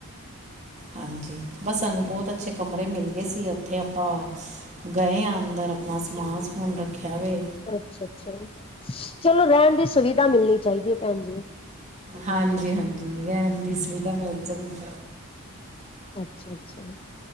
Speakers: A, on the right; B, on the left.
A: ਹਾਂਜੀ ਬਸ ਸਾਨੂੰ ਬਹੁਤ ਅੱਛੇ ਕਮਰੇ ਮਿਲ ਗਏ ਸੀ ਉੱਥੇ ਆਪਾਂ ਗਏ ਹਾਂ ਅੰਦਰ ਆਪਣਾ ਸਮਾਨ ਸਮੂਨ ਰੱਖਿਆ ਵੇ।
B: ਅੱਛਾ -ਅੱਛਾ ਚਲੋ ਰਹਿਣ ਦੀ ਸੁਵਿਧਾ ਮਿਲਣੀ ਚਾਹੀਦੀ ਹੈ ਭੈਣ ਜੀ।
A: ਹਾਂਜੀ- ਹਾਂਜੀ ਰਹਿਣ ਦੀ ਸੁਵਿਧਾ ਮਿਲ ਜਾਂਦੀ।
B: ਅੱਛਾ -ਅੱਛਾ